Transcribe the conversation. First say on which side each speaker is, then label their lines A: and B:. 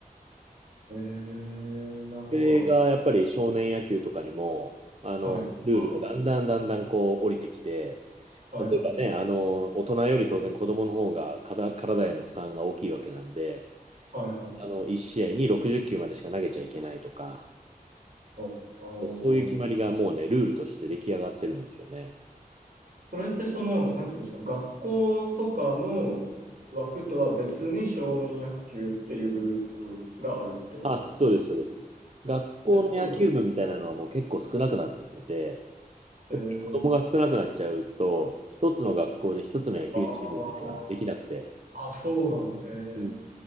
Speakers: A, on the right; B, on the right.
A: えー、なんか、
B: これがやっぱり少年野球とかにも、あの、
A: はい、
B: ルールがだんだんだんだんこう降りてきて、
A: あー、はい、
B: 例えばね、
A: はい、
B: あの、大人より当然子供の方がかだ体への負担が大きいわけなんで、
A: はい、はい、
B: あの、1試合に60球までしか投げちゃいけないとか、
A: ああー
B: そう、そういう決まりがもうね、ルールとして出来上がってるんですよね。
A: それってその、なんていうんですか、学校とかの枠とは別に少年野球っていうグループがあるってことなんですか
B: あ、そうです、そうです。学校の野球部みたいなのはもう結構少なくなってきてて、
A: それとも、えー、
B: やっぱり子供が少なくなっちゃうと、一つの学校で一つの野球チームっていうのができなくて、
A: あーあ、そうなんだ、へ
B: うん。